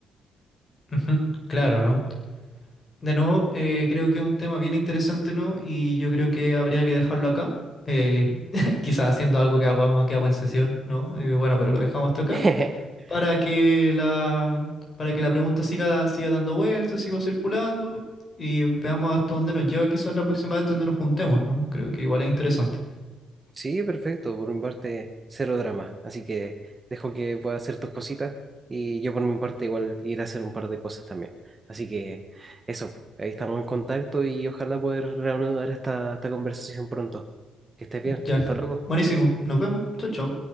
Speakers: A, on the left; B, on the right.
A: <laughs> Ujú, Claro, ¿no? De nuevo, eh, creo que es un tema bien interesante, ¿no? Y yo creo que habría que dejarlo acá. eh, <laughs> quizás haciendo algo que hago, que hago en sesión, ¿no? Eh, bueno, pero lo dejamos hasta acá.
B: <laughs>
A: Para que la, para que la pregunta siga, siga dando vueltas, siga circulando. Y veamos hasta dónde nos lleva quizás la próxima vez donde nos juntemos, ¿no? Creo que igual es interesante.
B: Sí, perfecto. Por mi parte, cero drama. Así que dejo que puedas hacer tus cositas y yo por mi parte igual iré a hacer un par de cosas también. Así que eso, ahí estamos en contacto y ojalá poder reanudar esta, esta conversación pronto. Que estés bien.
A: Ya.
B: Hasta luego.
A: Buenísimo. Nos vemos. Chau, chau.